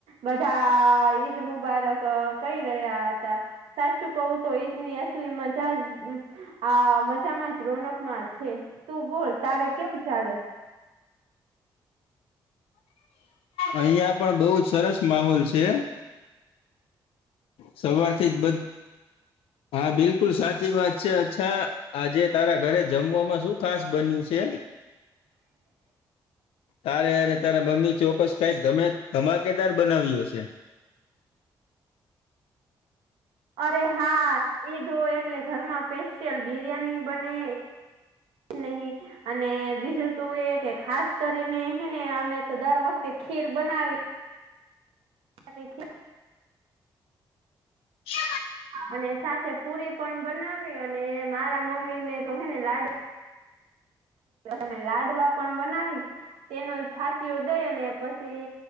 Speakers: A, on the right (about 85°); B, on the left (about 85°).
A: બધા ઈદ મુબારક કઈ રહ્યા હતા સાચું કવું તો ઈદની અસલી મજા આ મજામાં જ રોનક માં છે, તું બોલ તારે કેવું ચાલે
B: અહિયાં પણ, બઉજ સરસ માહોલ છે. સવારથી જ બધ હા બિલકુલ સાચી વાત છે, અચ્છા આજે, તારા ઘરે જમવામાં શું ખાસ બન્યું છે.
A: હ
B: તારે અને, તારા મમ્મી ચોક્કસ કઈમે ધમાકેદાર બનાવ્યો હશે
A: અરે, હા ઈદ હોય એટલે ઘરમાં સ્પેશિયલ બિરિયાની બને નહી અને, બીજું તું એ કે ખાસ કરીનેને અમે તો દર વખતે ખીર બનાવી અને
B: હ
A: અને સાથે પુરી પણ બનાવી, અને મારા મમ્મીને તો હેને લાડુ તમે લાડવા પણ, બનાવી તેનો ફાસીયો દઈને પછી